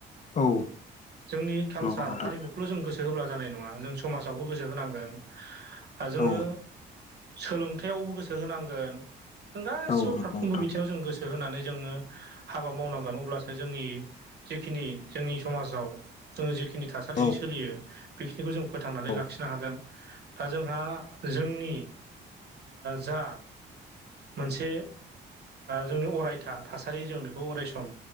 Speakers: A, on the left; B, on the right.
A: औ।
B: <inaudible> जोंनि कालसार
A: नंगौ नोंथां
B: हारिमुखौल जों गोसो होब्ला जानाय नङा जों समाजावबो गोसो होनांगोन। जोङो
A: औ
B: सोलोंथायाइावबो गोसो होनांगोन जों गासै गासिबो
A: औ नंगौ
B: फारफ्रोमबो
A: नोंथां
B: बिथिङाव जों गोसो होनानै जोङो हाबा मावनांगोन अब्लासो जोंनि जिखिनि जोंनि समाजाव जोंङो जिखिनि थासारिजों
A: औ
B: सोलियो बेखिनिखौ जों फोथांनानै
A: औ
B: लाखिनो हागोन दा जोंहा जोंनि जा मोनसे जोंनि अरायथा थासारि जों बेखौ अरायसम